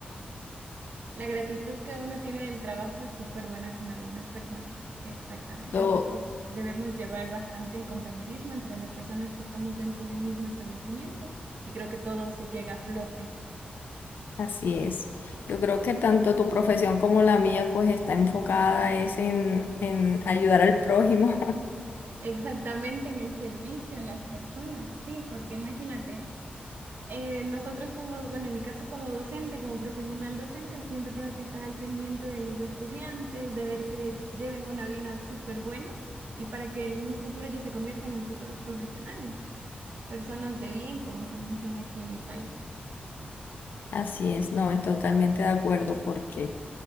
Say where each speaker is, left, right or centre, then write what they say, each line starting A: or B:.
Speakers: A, on the right; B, on the left.
A: la gratitud que uno tiene del trabajo es súper buena con algunas personas. Exactamente.
B: ¿Cómo?
A: Es decir, debemos llevar bastante el compañerismo entre las personas que estamos dentro de un mismo establecimiento y creo que todo se llega a flote.
B: Así es. Yo creo que tanto tu profesión como la mía pues está enfocada es en, en ayudar al prójimo. <laughs>
A: Exactamente en el servicio a las personas, sí, porque imagínate. eh, nosotros como, bueno, en mi caso como docente, como profesional docente, siempre tengo que estar al pendiente de los estudiantes, de ver que lleven una vida súper buena y para que en un futuro ellos se conviertan en futuros profesionales, personas de bien, como se menciona aquí en mi país.
B: Así es, no, es totalmente de acuerdo porque